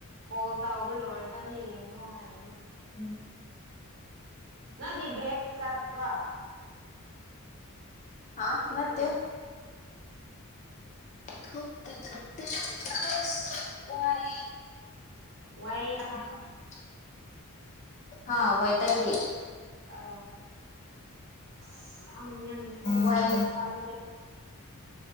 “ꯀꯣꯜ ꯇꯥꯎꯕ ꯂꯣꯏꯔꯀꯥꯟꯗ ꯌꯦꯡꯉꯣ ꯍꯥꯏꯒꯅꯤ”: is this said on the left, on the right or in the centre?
Right